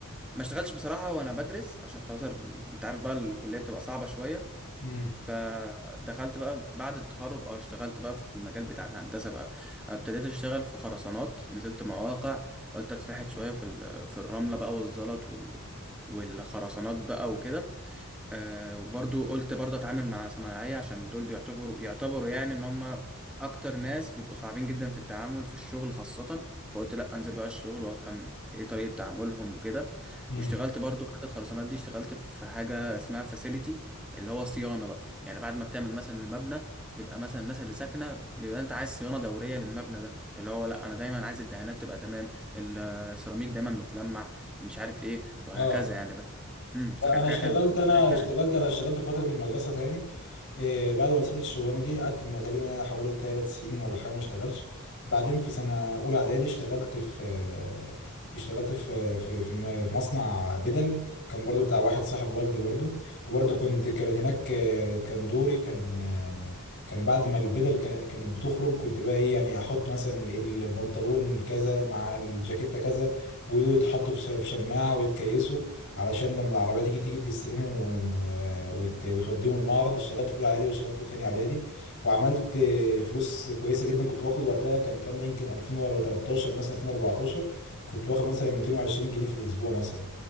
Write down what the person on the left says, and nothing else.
امم
امم
اه
لا انا
اشتغلت
انا اشتغلت
انا اشتغلت في فتره المدرسه تاني إيه بعد ما سبت الشغلانه دي قعدت م- تقريبا يعني حوالي ثلاث سنين ولا حاجه ما اشتغلش بعدين في سنه اولى اعدادي اشتغلت في آه، اشتغلت في في في م- في مصنع بدل كان برضو بتاع واحد صاحب والدي برضو وبرضو كنت كانت هناك آه، كان دوري كان آه، كان بعد ما البدل كا- كانت بتخرج كنت بقى ايه يعني احط مثلا البنطلون كذا مع الجاكيتة كذا ودول يتحطوا في ش- في شماعة ويتكيسوا علشان لما العربية تيجي تيجي تستلمهم و- آه، وت- وتوديهم المعرض اشتغلت في أولى إعدادي واشتغلت في تانية إعدادي وعملت فلوس كويسة جدا كنت باخد وقتها كان كان ده يمكن 2013 مثلا 2014 كنت باخد مثلا 220 جنيه في الأسبوع مثلا